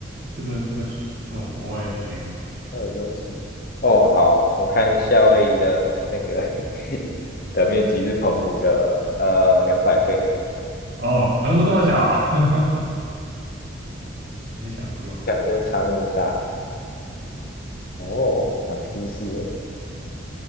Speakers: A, on the right; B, on the left.
A: 这个这个这种国外的学历。
B: 蛮有优势。哦，好，我看夏威夷的那个 <laughs> 的面积是澎湖的呃两百倍，
A: 哦，横幅这么小啊，<laughs> 没想过。
B: 两个差那么大哦，长知识了，